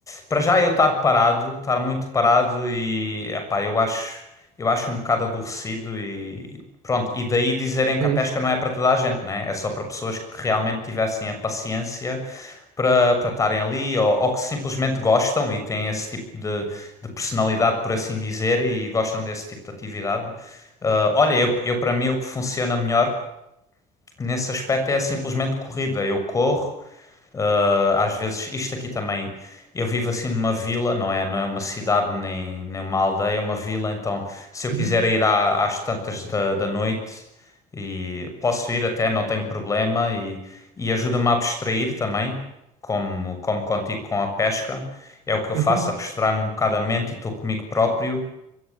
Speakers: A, on the left; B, on the right.
A: Para já eu estar parado, estar muito parado e, é pá, eu acho, eu acho um bocado aborrecido e pronto. E daí dizerem que
B: é? É
A: a pesca
B: isso.
A: não é para toda a gente, né? É só para pessoas que realmente tivessem a paciência para para estarem ali ou, ou que simplesmente gostam e têm esse tipo de, de personalidade, por assim dizer, e gostam desse tipo de atividade. Ah, olha, eu, eu para mim o que funciona melhor nesse aspecto é simplesmente corrida. Eu corro, ah, às vezes isto aqui também. Eu vivo assim numa vila, não é? Não é uma cidade nem, nem uma aldeia, é uma vila. Então, se eu quiser
B: Uhum,
A: ir à- às tantas da, da noite e posso ir até, não tenho problema e, e ajuda-me a abstrair também, como como contigo com a pesca. É o que eu faço,
B: uhum.
A: abstrair-me um bocado a mente e estou comigo próprio.